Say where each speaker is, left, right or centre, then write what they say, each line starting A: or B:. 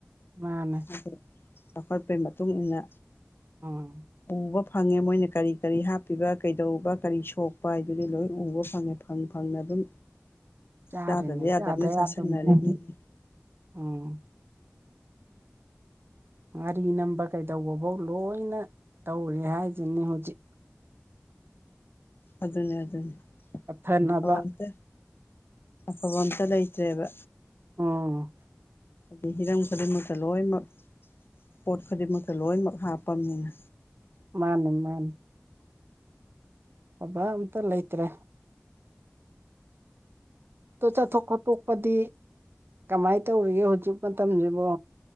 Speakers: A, on the right; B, on the left.
A: ꯃꯥꯅꯦ
B: ꯑꯗꯨ ꯆꯥꯎꯈꯠꯄꯩ ꯃꯇꯨꯡꯏꯟꯅ
A: ꯎꯝ
B: ꯎꯕ ꯐꯪꯉꯦ ꯃꯣꯏꯅ ꯀꯔꯤ ꯀꯔꯤ ꯍꯥꯞꯄꯤꯕ ꯀꯩꯗꯧꯕ ꯀꯔꯤ ꯁꯣꯛꯄ ꯍꯥꯏꯗꯨꯗꯤ ꯂꯣꯏ ꯎꯕ ꯐꯪꯉꯦ ꯐꯪ ꯐꯪꯅ ꯑꯗꯨꯝ
A: ꯆꯥꯔꯅꯤ
B: ꯆꯥꯗꯕ ꯌꯥꯗꯕꯅ
A: ꯆꯥꯗ ꯌꯥꯗ
B: ꯆꯥꯁꯟꯅꯔꯤꯕꯅꯤ
A: ꯑꯧ ꯉꯥꯔꯤ ꯅꯝꯕ ꯀꯩꯗꯧꯕꯕꯧ ꯂꯣꯏꯅ ꯇꯧꯔꯦ ꯍꯥꯏꯖꯤꯅꯤ ꯍꯧꯖꯤꯛ
B: ꯑꯗꯨꯅꯦ ꯑꯗꯨꯅꯦ
A: ꯄꯠꯊꯅꯕ
B: ꯇꯧꯍꯟꯇꯦ ꯑꯐꯕ ꯑꯝꯇ ꯂꯩꯇ꯭ꯔꯦꯕ
A: ꯎꯝ
B: ꯍꯥꯏꯗꯤ ꯍꯤꯔꯝ ꯈꯨꯗꯤꯡꯃꯛꯇ ꯂꯣꯏꯃꯛ ꯄꯣꯠ ꯈꯨꯗꯤꯡꯃꯛꯇ ꯂꯣꯏꯃꯛ ꯍꯥꯞꯄꯅꯤꯅ
A: ꯃꯥꯅꯦ ꯃꯥꯅꯤ ꯐꯕ ꯑꯝꯇ ꯂꯩꯇ꯭ꯔꯦ ꯇꫭ ꯆꯠꯊꯣꯛ ꯈꯣꯠꯇꯣꯛꯄꯗꯤ ꯀꯃꯥꯏ ꯇꯧꯔꯤꯒꯦ ꯍꯧꯖꯤꯛ ꯃꯇꯝꯖꯤꯕꯣ